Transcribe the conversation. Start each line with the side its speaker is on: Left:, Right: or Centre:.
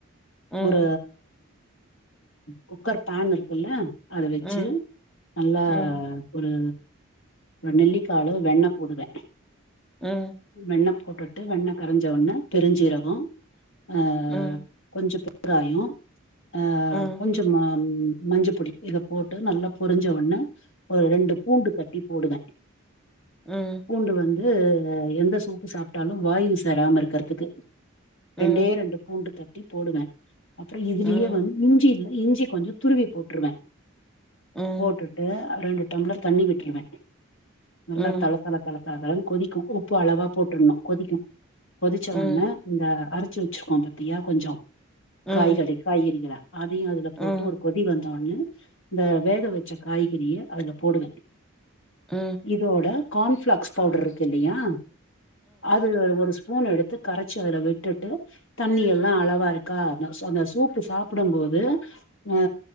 Centre: ம்
Left: கூட குக்கர் பேன் இருக்குல்ல அத வச்சு
Centre: ம்
Left: நல்லா
Centre: ம்
Left: ஒரு நெல்லிக்கா அளவு வெண்ண போடுவ
Centre: உம்
Left: வெண்ண போட்டுட்டு வெண்ண கரஞ்ச உடனே பெருஞ்சீரகம் அ
Centre: ம்
Left: கொஞ்சம் பெருங்காயம் அ
Centre: ம்
Left: கொஞ்சம் ம் மஞ்சப்பொடி இத போட்டு நல்லா பொரிஞ்ச உண்ணே ஒரு ரெண்டு பூண்டு தட்டி போடுவ
Centre: உம்
Left: பூண்டு வந்து எந்த சூப்பு சாப்ட்டாலும் வாயு சேராம இருக்கிறதுக்கு
Centre: ம்
Left: ரெண்டே ரெண்டு பூண்டு தட்டி போடுவ அப்புறம் இதுலயே
Centre: ம்
Left: வந்து இஞ்சில இஞ்சி கொஞ்சம் துருவி போட்டுருவ
Centre: ம்
Left: போட்டு டு ரெண்டு டம்ளர் தண்ணி விட்ருவே நல்லா
Centre: ம்
Left: தல தல தள தளன்னு கொதிக்கும் உப்பு அளவா போட்டுரணும் கொதிக்கும் கொதிச்ச
Centre: ம்
Left: உன்னே இந்த அ அரச்சி வச்சிருக்கோம் பாத்தியா கொஞ்சம்
Centre: ம்
Left: காய்கறி காய்கறிகள அதையும் அதுல போட்டு
Centre: ம்
Left: ஒரு கொதி வந் வந்தடனே இந்த வேக வச்ச காய்கறிய அதுல போடுவே
Centre: அ
Left: இதோட கார்ன்பிளாக்ஸ் பவுடர் இருக்கு இல்லையா அது ஒரு ஸ்பூன் எடுத் து கரச்சி அதுல விட்டு ட்டு தண்ணி எல்லா அளவா இருக்கா அந்த சூப்பு சாப்பிடும்போது அ